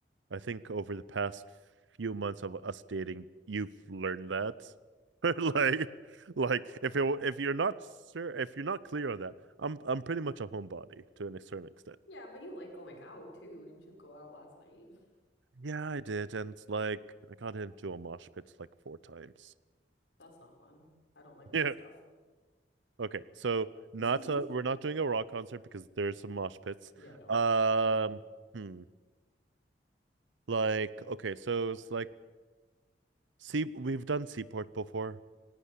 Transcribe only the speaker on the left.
Yeah, but you like going out too. Didn't you go out last night?
<laughs> That's not fun. I don't like that
stuff.
<laughs>
Yeah, no.